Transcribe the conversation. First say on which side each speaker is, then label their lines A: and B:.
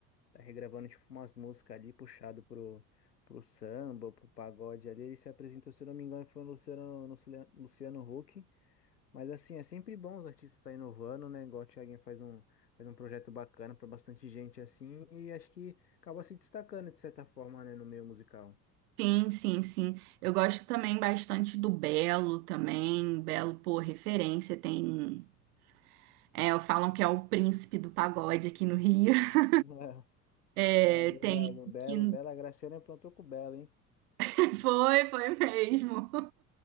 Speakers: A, on the left; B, on the right.
A: tá regravando tipo umas músicas ali, puxado pro, pro samba, pro pagode ali. Ele se apresentou, se eu não me engano, foi o Luciano, Luciano, Luciano Huck. Mas assim, é sempre bom os artistas estar inovando, né? Igual o Thiaguinho faz um, faz um projeto bacana pra bastante gente assim, e acho que acaba se destacando de certa forma, né, no meio musical.
B: Sim, sim, sim. Eu gosto também bastante do Belo também. Belo, pô, referência. Tem. um, É, falam que é o príncipe do pagode aqui no Rio. <laughs>
A: <laughs>
B: É,
A: Ah, verdade,
B: tem.
A: o Belo,
B: Que...
A: Bela Graciane aprontou com o Belo, hein?
B: <laughs> Foi, foi mesmo.